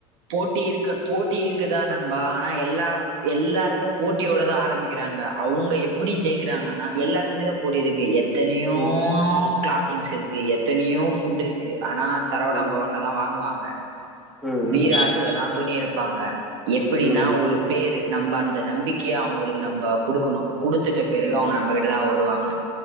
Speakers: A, on the right; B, in the centre.
A: போட்டி இருக்கு போட்டி இருக்குதா நண்பா னா எல்லா எல்லாருமே போட்டியோடதா ஆரம்பிக்கிறாங்க அவ்ங்க எப்டி ஜெயிக்கிறாங்கன்னா எல்லாருக்மே தா போடி இருக்கு எத்தனையோ
B: ம்
A: க்ளாத்திங்ஸ் இருக்கு எத்தனையோ ஃபுட்டு இருக்கு ஆனா சரவணா
B: ம்
A: பவன்லதா வாங்குவாங்க
B: ம் ம்
A: வீராஸ்லதா துணி எடுப்பாங்க எப்டின்னா
B: ம் ம்
A: ஒரு பேரு நம்ப அந்த நம்பிக்கையா அவுங்களுக்கு நம்ப குடுக்கொணு குடுத்துட்ட பிறகு
B: ஆமா
A: அவுங்க நம்பக்கிட்டதா வருவாங்க